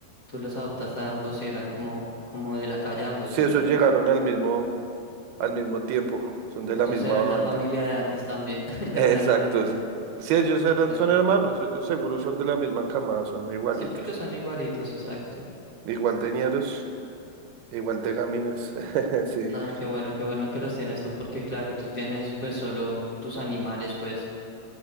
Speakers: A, on the left; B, on the right.
A: tú los adoptaste a ambos y eran como, como de la calle ambos,
B: Sí,
A: ¿no?
B: esos llegaron al mismo, al mismo tiempo, son de
A: Esos
B: la misma
A: eran
B: banda.
A: ya familia de antes también,
B: <laughs>
A: <laughs>
B: Exacto,
A: Darren Herman.
B: sí. Sí, ellos eran,
A: Okay.
B: son hermanos, ellos seguro son de la misma camada, son igualitos.
A: Sí, porque son igualitos, exacto.
B: Igual de ñeros, igual de gamines. <laughs> Sí.
A: Nada, qué bueno, qué bueno que los tienes tú, porque claro, tú tienes pues solo tus animales, pues